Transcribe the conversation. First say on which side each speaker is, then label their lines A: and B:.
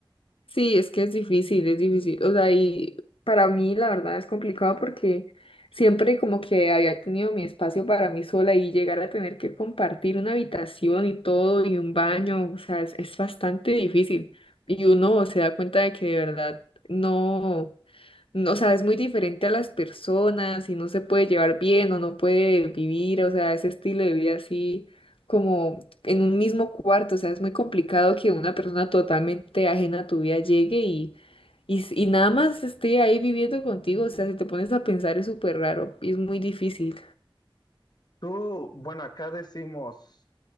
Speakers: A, on the left (about 80°); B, on the left (about 50°).
A: Sí, es que es difícil, es difícil. O sea, y para mí la verdad es complicado porque siempre como que había tenido mi espacio para mí sola y llegar a tener que compartir una habitación y todo y un baño, o sea, es, es bastante difícil. Y uno se da cuenta de que de verdad no no, o sea, es muy diferente a las personas y no se puede llevar bien o no puede vivir, o sea, ese estilo de vida así como en un mismo cuarto, o sea, es muy complicado que una persona totalmente ajena a tu vida llegue y, y, s- y nada más esté ahí viviendo contigo, o sea, si te pones a pensar es súper raro y es muy difícil.
B: Tú, bueno, acá decimos